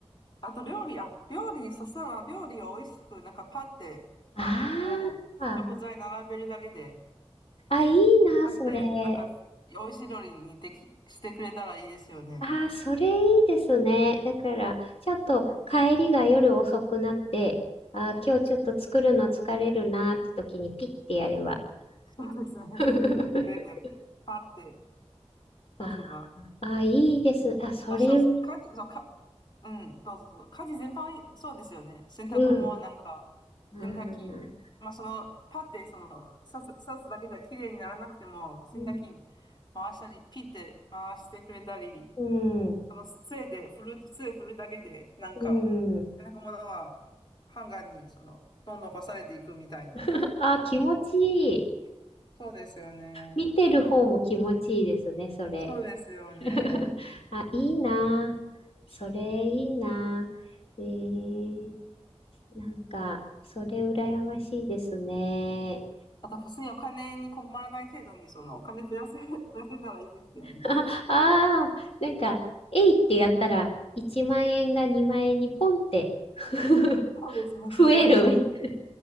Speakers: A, on the left; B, on the left.
A: あと料理、あ、料理、そしたら料理を美味しく、なんかパって、
B: ああ、
A: もう食材並べるだけで、
B: あ、いいな、
A: パって、
B: それ。
A: なんか美味しい料理にでき、してくれたらいいですよね。
B: ああ、それいいですね。だから、ちょっと帰りが夜遅くなって、ああ、今日ちょっと作るの疲れるなって時にピッてやれば。
A: そうですね。
B: <laughs>
A: それで、パって
B: あ
A: 出せば。
B: あ、いいです。あ、それ、
A: そしたら、
B: う
A: 家事、そう、か、うん、どうぞどうぞ。家事全般、そうですよね。洗濯もなんか、
B: ん。あー、
A: 洗濯機、まあその、パってその、刺す、刺すだけじゃ綺麗にならなくても、洗濯機
B: うん。
A: 回したり、ピって回してくれたり、
B: うん。
A: その、杖で振る、杖振るだけで、なんか、
B: うん。
A: なんかものは、ハンガーに、その、どんどん干されていくみたいな。
B: <laughs> あ、気持ちいい。
A: そうですよね。
B: 見てる方も気持ちいいですね、それ。
A: そうですよね。
B: <laughs> あ、いいなあ。それいいなあ。えー、なんか、それ羨ましいですね。
A: あと、普通にお金に困らない程度に、その、お金増やせ、<laughs> 増やせたらいいですよね。
B: <laughs> ああー、なんか、えいってやったら、1万円が2万円にポンって <laughs>
A: そうですね。それこそ、
B: 増えるみたい